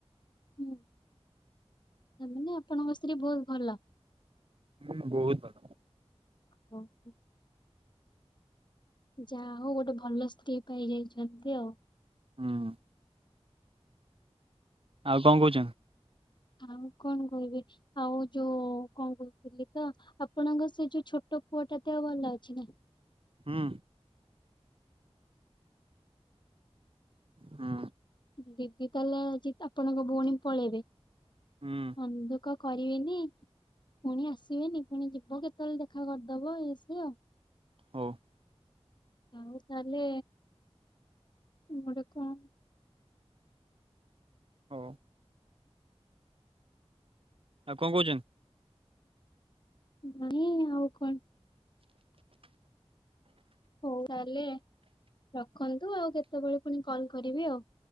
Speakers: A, on the left (about 45°); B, on the right (about 55°).
A: ହୁଁ ତାମାନେ ଆପଣଙ୍କ ସ୍ତ୍ରୀ ବହୁତ ଭଲ।
B: ହୁଁ ବହୁତ ଭଲ।
A: <inaudible> ଯା ହଉ ଗୋଟେ ଭଲ ସ୍ତ୍ରୀ ପାଇ ଯାଇଛନ୍ତି ଆଉ।
B: ହଁ। ଆଉ କଣ କହୁଛନ୍ତି?
A: ଆଉ କଣ କହିବି ଆଉ ଯୋଉ କଣ କହୁଥିଲି ତ? ଆପଣଙ୍କ ସେ ଯୋଉ ଛୋଟ ପୁଅଟା ଦେହ ଭଲ ଅଛି ନା?
B: ହୁଁ। ହଁ।
A: ଦିଦି କଲା ଆଜି ଆପଣଙ୍କ ଭଉଣୀ ପଳେଇବେ।
B: ହୁଁ।
A: ମନ ଦୁଃଖ କରିବେନି ପୁଣି ଆସିବେନି ପୁଣି ଯିବ କେତେବେଳେ ଦେଖା କରିଦବ ଇଏ ସେ। <unintelligible>
B: ହଉ।
A: ଆଉ ତାହେଲେ ଗୋଟେ କଣ?
B: ହଉ। ଆଉ କଣ କରୁଚନ୍ତି?
A: ନାଇଁ ଆଉ କଣ। ହଉ ତାହାଲେ। ରଖନ୍ତୁ ଆଉ କେତେ କେତେବେଳେ ପୁଣି କଲ୍ କରିବି ଆଉ।